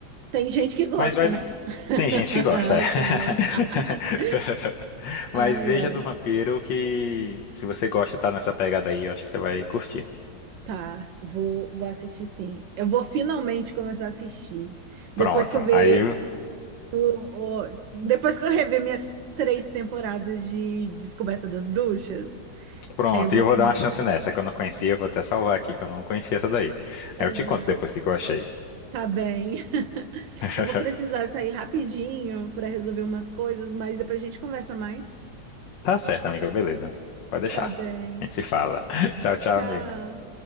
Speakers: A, on the right; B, on the left.
A: Tem gente que gosta,
B: Mas vai...
A: né? <laughs>
B: Tem gente que gosta,
A: Ai,
B: é. <laughs>
A: senhor. <laughs> Ai,
B: Mas veja
A: ai.
B: do Vampiro que se você gosta e tá nessa pegada aí, eu acho que você vai curtir.
A: Tá, vou, vou assistir sim. Eu vou finalmente começar a assistir. Depois
B: Pronto.
A: que eu ver
B: Aí,
A: o, o- Depois que eu rever minhas três temporadas de Descoberta das Bruxas,
B: pronto.
A: aí eu vou
B: E eu
A: tomar
B: vou dar uma chance
A: coragem.
B: nessa que eu não conhecia. eu Vou até salvar aqui que eu não conhecia essa daí.
A: Aham.
B: Aí eu te conto depois o que que eu achei.
A: Tá bem. <laughs>
B: <laughs>
A: Eu vou precisar sair rapidinho para resolver umas coisas, mas depois a gente conversa mais.
B: Tá certo, amiga. Beleza. Pode deixar.
A: Tá bem.
B: A gente se fala. <laughs> Tchau, tchau,
A: Tchau.
B: amigo.